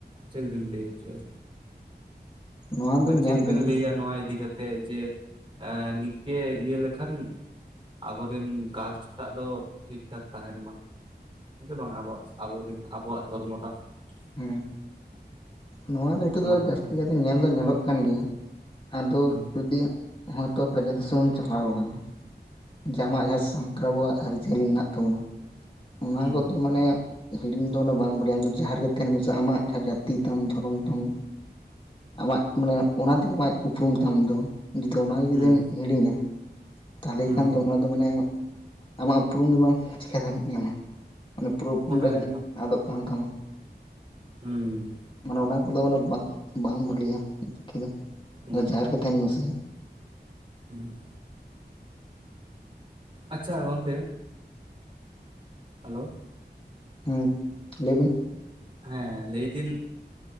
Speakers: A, on the right (about 30°); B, on the left (about 30°).
A: ᱪᱮᱫ ᱵᱤᱱ ᱞᱟᱹᱭ ᱦᱚᱪᱚᱭᱟ
B: ᱱᱚᱣᱟ
A: ᱵᱟ
B: ᱫᱚ
A: ᱪᱮᱫ
B: ᱧᱮᱞ
A: ᱵᱮᱱ
B: ᱠᱟᱹᱫᱟᱹᱧ
A: ᱞᱟᱹᱭᱟ ᱱᱚᱣᱟ ᱤᱫᱤ ᱠᱟᱛᱮᱜ ᱡᱮ ᱱᱤᱛ ᱤᱠᱮ ᱤᱭᱟᱹ ᱞᱮᱠᱷᱟᱱ ᱟᱵᱚᱨᱮᱱ ᱠᱟᱥᱴ ᱴᱟᱜ ᱫᱚ ᱴᱷᱤᱠ ᱴᱷᱟᱠ ᱛᱟᱦᱮᱱ ᱢᱟ ᱦᱮᱸ ᱥᱮ ᱵᱟᱝ ᱟᱵᱚᱣᱟᱜ ᱟᱵᱚᱨᱮᱱ ᱟᱵᱚᱣᱟᱜ ᱫᱷᱚᱨᱢᱚ ᱴᱟᱜ <inaudible>
B: ᱦᱮᱸ ᱱᱚᱣᱟ ᱫᱚ ᱱᱤᱛᱚᱜ
A: ᱢᱟ
B: ᱫᱚ ᱡᱟᱹᱥᱛᱤ
A: ᱦᱩᱸ
B: ᱠᱟᱛᱮ ᱧᱮᱞ ᱫᱚ ᱧᱮᱞᱚᱜ ᱠᱟᱱ ᱜᱮᱭᱟ ᱟᱫᱚ
A: ᱦᱩᱸ
B: ᱡᱩᱫᱤ ᱦᱚᱭᱛᱚ ᱵᱟᱡᱟᱨ ᱫᱤᱥᱚᱢᱮᱢ ᱪᱟᱞᱟᱣ ᱟᱠᱟᱱᱟ ᱡᱟᱢᱟᱜ ᱡᱟᱦᱟᱸ ᱥᱟᱱᱛᱟᱲ ᱟᱵᱚᱣᱟᱜ ᱟᱹᱨᱤᱪᱟᱹᱞᱤ ᱢᱮᱱᱟᱜ ᱛᱟᱵᱚᱱᱟ ᱚᱱᱟ
A: ᱦᱩᱸ
B: ᱠᱚᱫᱚ ᱢᱟᱱᱮ ᱦᱤᱲᱤᱧ ᱫᱚ ᱵᱟᱢ ᱵᱷᱟᱞᱤᱭᱟ ᱟᱢ ᱫᱚ ᱡᱟᱦᱟᱸ ᱨᱮᱜᱮ ᱛᱟᱦᱮᱱ ᱢᱮᱥᱮ ᱟᱢᱟᱜ ᱡᱟᱦᱟᱸ ᱡᱟᱹᱛᱤ ᱛᱟᱢ ᱫᱷᱚᱨᱚᱢ ᱛᱟᱢ ᱟᱢᱟᱜ ᱢᱟᱱᱮ ᱚᱱᱟ ᱛᱮᱜᱮ ᱟᱢ ᱩᱯᱨᱩᱢ ᱛᱟᱢ ᱫᱚ ᱡᱩᱫᱤ ᱚᱱᱟᱜᱮ
A: ᱦᱩᱸ
B: ᱡᱩᱫᱤᱢ ᱦᱤᱲᱤᱧᱟ ᱛᱟᱦᱚᱞᱮ
A: ᱦᱩᱸ
B: ᱠᱷᱟᱱ ᱫᱚ ᱚᱱᱟ ᱫᱚ ᱢᱟᱱᱮ ᱟᱢᱟᱜ ᱩᱯᱨᱩᱢ ᱜᱮ ᱵᱟᱝ ᱪᱤᱠᱟᱹᱛᱮ ᱮᱢᱟ ᱢᱟᱱᱮ ᱯᱩᱨᱟᱹ ᱩᱯᱨᱩᱢ
A: ᱚᱱᱟ
B: ᱛᱟᱢ
A: ᱜᱮᱛᱚ
B: ᱜᱮ ᱟᱫᱚᱜ ᱠᱟᱱ ᱛᱟᱢᱟ
A: ᱦᱩᱸ
B: ᱢᱟᱱᱮ ᱚᱱᱟ ᱠᱚᱫᱚ ᱢᱟᱱᱮ ᱵᱟᱝ ᱵᱟᱝ ᱵᱷᱟᱹᱞᱤᱭᱟ ᱯᱟᱠᱷᱤ ᱫᱚ
A: ᱦᱩᱸ
B: ᱡᱟᱦᱟ ᱨᱮᱜᱮ ᱛᱟᱦᱮᱱ ᱢᱮᱥᱮ
A: ᱦᱩᱸ <inaudible> ᱟᱪᱪᱷᱟ ᱜᱚᱝᱠᱮ ᱦᱮᱞᱳ
B: ᱦᱮᱸ ᱞᱟᱹᱭᱵᱤᱱ
A: ᱦᱮᱸ ᱞᱟᱹᱭ ᱫᱟᱹᱧ